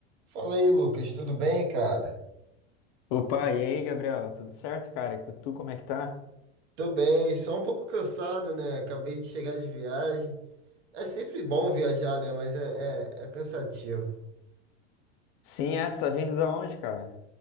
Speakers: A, on the right; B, on the left.
A: Fala aí, Lucas, tudo bem, cara?
B: Opa, e aí, Gabriel? Tudo certo, cara? E Tu, como é que tá?
A: Tô bem, só um pouco cansado, né? Acabei de chegar de viagem. É sempre bom viajar, né? Mas é, é, é cansativo.
B: Sim, é, tu tá vindo da onde, cara?